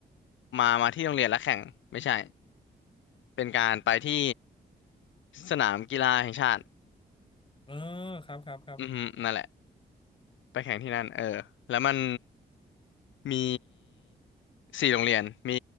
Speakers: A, on the left; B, on the left.
A: มามาที่โรงเรียนแล้วแข่งไม่ใช่เป็นการไปที่สนามกีฬาแห่งชาติ
B: เออครับครับครับ
A: อือฮึนั่นแหละไปแข่งที่นั่นเออแล้วมันมีสี่โรงเรียน มี